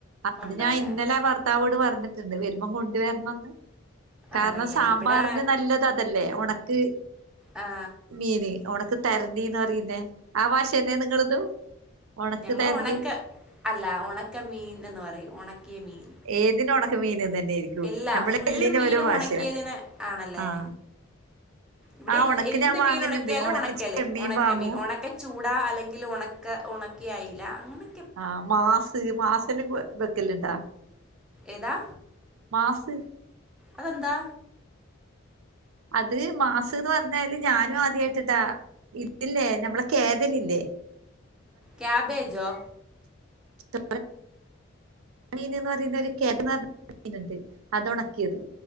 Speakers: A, in the centre; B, on the right.
A: ഉണ്ടോ
B: അത് ഞാൻ
A: അല്ലേ
B: ഇന്നലൊ വർ ഭത്താവോട് പറഞ്ഞിട്ടുണ്ട് വരുമ്പോം കൊണ്ട വരണന്ന് കാരണം
A: ആണല്ലേ
B: സാമ്പാറിന്
A: ഇവിടെ
B: നല്ലത് അതല്ലേ ഉണക്ക്
A: ആ
B: മീന് ഒണക്ക് തരണ്ടിന്ന് പറയുന്നേ ആ വാശന്നെയ നിങ്ങളെതും ഉണക്ക്
A: ഞങ്ങൾ
B: തരണ്ടി
A: ഉണക്ക അല്ല ഉണക്ക മീൻ എന്ന് പറയും ഉണക്കിയ മീൻ
B: ഏതിനും ഒണക്ക് മീൻന്ന് തന്നെയായിരിക്കും
A: ഇല്ലാ
B: നമ്മളെ
A: ഫുള്ള
B: എല്ലിന്
A: മീൻ
B: ഓരോ ഭാഷയാ
A: ഉണക്കിയതിന് ആണല്ലേ
B: ആഹ്
A: ഇവിടെ
B: ആ
A: എ
B: ഒണക്ക്
A: എന്ത്
B: ഞാൻ വാങ്ങല്ണ്ട്
A: മീൻ ഉണക്കിയാലും
B: ഒണക്ക്
A: ഉണക്കല്
B: ചെമ്മീൻ
A: ഉണക്കമീൻ
B: വാങ്ങും
A: ഉണക്ക ചൂടാ അല്ലെങ്കിൽ ഉണക്ക ഉണക്കി അയില്ല അങ്ങനെ
B: ആഹ് മാസ് മാസനും വെക്കല ഇണ്ടാ
A: ഏതാ
B: മാസ്
A: അതെന്താ
B: അത് മാസ് എന്ന് പറഞ്ഞാല് ഞാനും ആദ്യമായിട്ടിടാ ഇത്ല്ലേ നമ്മളെ കേദലില്ലേ
A: കാബേജാ
B: ചോ മീൻന്ന് പറയുന്ന ഒരു <unintelligible> മീൻണ്ട് അത് ഉണക്കിയത്